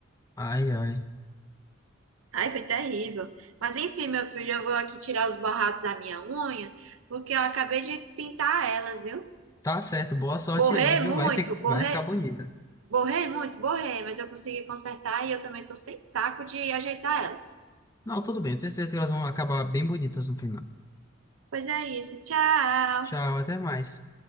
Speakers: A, on the left; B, on the right.
A: Ai, ai.
B: Ai, foi terrível. Mas enfim, meu filho, eu vou aqui tirar os borrados da minha unha, porque eu acabei de pintar elas, viu?
A: Tá certo, boa sorte
B: Borrei
A: aí, viu?
B: muito,
A: Vai, fi-
B: borrei,
A: vai ficar bonita.
B: borrei muito, borrei, mas eu consegui consertar e eu também tô sem saco de ajeitar elas.
A: Não, tudo bem, eu tenho certeza que elas vão acabar bem bonitas no final.
B: Pois é isso, tchau!
A: Tchau, até mais.